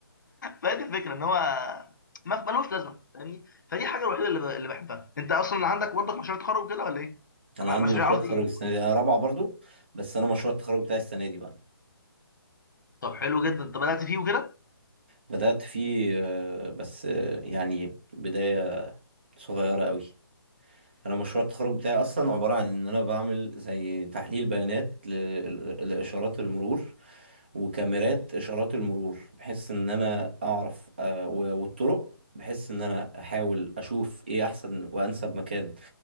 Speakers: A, on the left; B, on the right.
A: فهي دي الفكره ان هو ما ملوش لازمه فاهمني فدي الحاجه الوحيده اللي ب- اللي بحبها انت اصلا عندك برضك مشاريع تخرج كده ولا ايه؟
B: انا
A: م-
B: عندي
A: مشاريع
B: مشروع
A: قصدي
B: تخرج
A: ايه؟
B: السنه دي انا رابعه برضو بس انا مشروع التخرج بتاعي السنه دي بقى
A: طب حلو جدا انت بدات فيه وكده
B: بدات فيه آه، بس آه، يعني بدايه صغيره قوي انا مشروع التخرج بتاعي اصلا عباره عن ان انا بعمل زي تحليل بيانات ل- لاشارات المرور وكاميرات اشارات المرور بحيث ان انا اعرف آه، و- والطرق بحيث ان انا احاول اشوف ايه احسن وانسب مكان